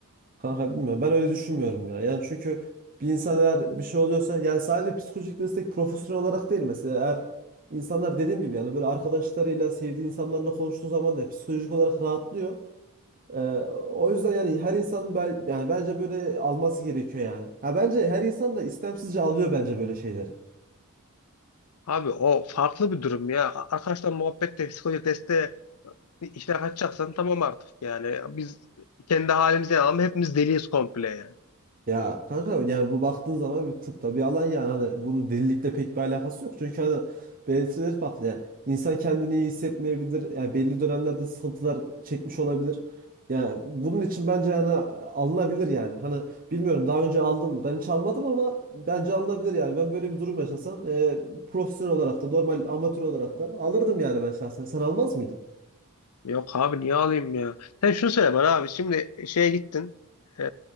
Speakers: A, on the right; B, on the left.
A: Kanka bilmiyorum ben öyle düşünmüyorum ya. Yani çünkü bir insan eğer bir şey oluyorsa yani sadece psikolojik destek profesyonel olarak değil mesela eğer insanlar dediğim gibi yani böyle arkadaşlarıyla sevdiği insanlarla konuştuğu zaman da psikolojik olarak rahatlıyor. Ee, o yüzden yani her insan bel- yani bence böyle alması gerekiyor yani. Ha bence her insan da istemsizce alıyor bence böyle şeyleri.
B: Abi o farklı bir durum ya. Arkadaşlar muhabbette psikolojik desteğe içine kaçacaksan tamam artık yani. Biz kendi halimize ama hepimiz deliyiz komple yani.
A: Ya kanka yani bu baktığın zaman bir tıpta bir alan yani hani bunun delilikle pek bir alakası yok. Çünkü hani belirtileri farklı yani. İnsan kendini iyi hissetmeyebilir. Yani belli dönemlerde sıkıntılar çekmiş olabilir. Yani bunun için bence yani alınabilir yani. Hani bilmiyorum daha önce aldım mı? Ben hiç almadım ama bence alınabilir yani. Ben böyle bir durum yaşasam e, profesyonel olarak da normal amatör olarak da alırdım yani ben şahsen. Sen almaz mıydın?
B: Yok abi niye alayım ya? Sen şunu söyle bana abi. Şimdi şeye gittin. e,